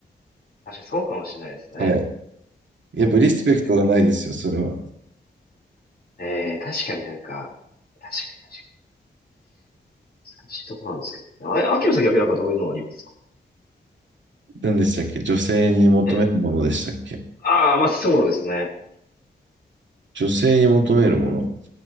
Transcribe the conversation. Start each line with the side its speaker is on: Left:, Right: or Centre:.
Left: 確かにそうかもしれないですね。
Right: <laughs> はい。やっぱリスペクトがないですよ、
Left: 確かに。
Right: それは。
Left: えー、確かになんか、確かに確かに。難しいところなんですけどね。あ、秋野さん逆になんかどういうのありますか
Right: 何でしたっけ女性に求めるものでしたっけ
Left: え、ああ、まあそうですね。
Right: 女性に求めるもの。